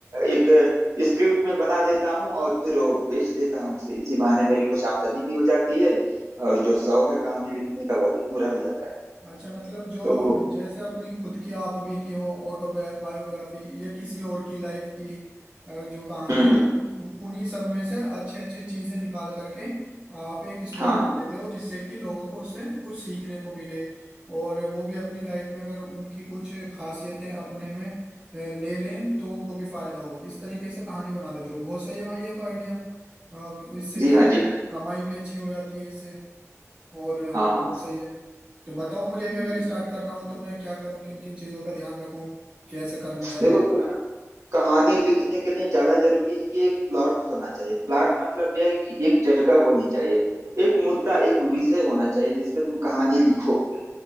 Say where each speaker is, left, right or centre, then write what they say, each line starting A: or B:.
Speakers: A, on the right; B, on the right.
A: एक स्क्रिप्ट में बना देता हूँ और फिर वो बेच देता हूँ उसे इसी बहाने मेरी कुछ आमदनी भी हो जाती है और जो शौक है कहानी लिखने का वह भी पूरा हो जाता है
B: अच्छा मतलब जो
A: तो
B: जैसे अपनी खुद की आप बीती हो ऑटोबायोग्राफी या किसी और की लाइफ की अ, जो कहानी
A: हम्म
B: है
A: हम्म,
B: उ- उन्हीं सब में से अच्छी अच्छी चीजें निकाल करके आप एक स्टोरी
A: हाँ हाँ
B: लिख देते हो जिससे कि लोगों को उससे कुछ सीखने को मिले और वो भी अपनी लाइफ में अगर उनकी कुछ खासियतें अपने में अ, ले लें तो उनको भी फायदा हो इस तरीके से कहानी बना देते हो बहुत सही है भाई ये तो आइडिया इससे
A: जी
B: क्या
A: हाँ
B: होगा?
A: जी
B: कमाई भी अच्छी हो जाती है इससे और वो
A: हाँ हाँ हाँ।
B: सही है तो बताओ मुझे भी अगर
A: हम्म
B: स्टार्ट करना हो तो मैं क्या करूं किन किन चीजों का ध्यान रखूं कैसे करना चाहिए
A: देखो कहानी लिखने के लिए ज्यादा जरूरी है कि एक प्लॉट होना चाहिए प्लॉट मतलब यह है कि एक जगह होनी चाहिए एक मुद्दा एक विषय होना चाहिए जिस पे तुम कहानी लिखोगे